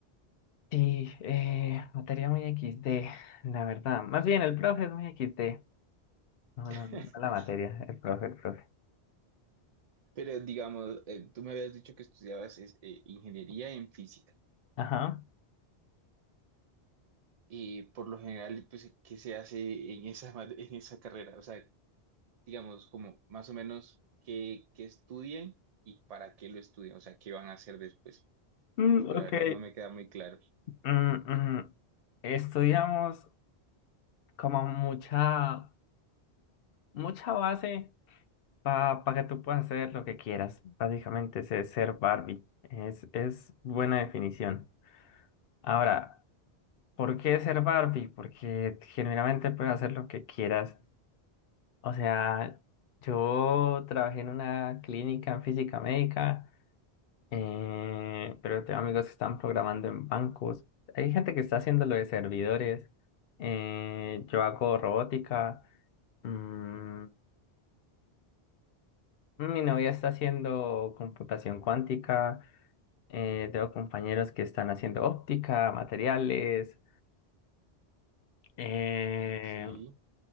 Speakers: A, on the left; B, on the right.
A: sí, eh, materia muy equis de, la verdad. Más bien, el profe es muy equis de. No,
B: <laughs>
A: no, no no la materia, el profe, el profe.
B: Pero digamos, eh, tú me habías dicho que estudiabas es, eh, ingeniería en física.
A: Ajá.
B: Y por lo general, pues, ¿qué se hace en esa, ma- en esa carrera? O sea, digamos, como más o menos qué, qué estudian y para qué lo estudian, o sea, qué van a hacer después,
A: Mm,
B: porque
A: ok.
B: la verdad no me queda muy claro.
A: Mm, mm. Estudiamos como mucha, mucha base. para que tú puedas hacer lo que quieras. Básicamente ese es ser Barbie. Es, es buena definición. Ahora, ¿por qué ser Barbie? Porque generalmente puedes hacer lo que quieras. O sea, yo trabajé en una clínica en física médica, eh, pero tengo amigos que están programando en bancos. Hay gente que está haciendo lo de servidores. Eh, yo hago robótica. Mm, mi novia está haciendo computación cuántica. Eh, tengo compañeros que están haciendo óptica, materiales. Eh,
B: Ok.